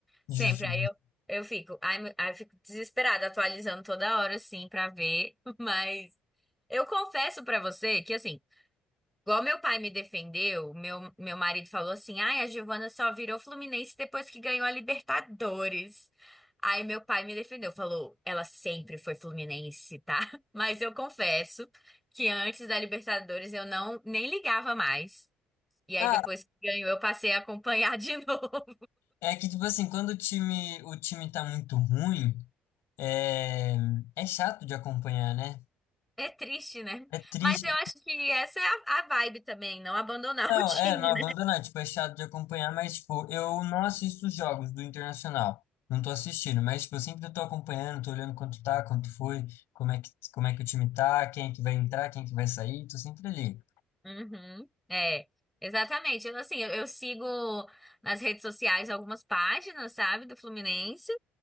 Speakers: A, on the left; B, in the centre.
A: Justo.
B: Sempre. Aí eu, eu fico, aí, me- aí eu fico desesperada, atualizando toda hora, assim, pra ver. <laughs> Mas eu confesso pra você que, assim, Igual meu pai me defendeu, meu, meu marido falou assim: ai, a Giovana só virou Fluminense depois que ganhou a Libertadores. Aí meu pai me defendeu, falou: ela sempre foi Fluminense, tá? <laughs> Mas eu confesso que antes da Libertadores eu não nem ligava mais. E aí
A: Ah,
B: depois que ganhou eu passei a acompanhar de <laughs> novo.
A: é que tipo assim, quando o time, o time tá muito ruim, é, é chato de acompanhar, né?
B: É triste, né?
A: É triste.
B: Mas eu acho que essa é a, a vibe também, não abandonar
A: Não,
B: o time,
A: é, não abandonar, tipo, é chato de acompanhar, mas tipo, eu não assisto os jogos do Internacional. Não tô assistindo, mas tipo, eu sempre tô acompanhando, tô olhando quanto tá, quanto foi, como é que, como é que o time tá, quem é que vai entrar, quem é que vai sair, tô sempre ali.
B: Uhum, é, exatamente. Eu, assim, eu, eu sigo nas redes sociais algumas páginas, sabe, do Fluminense.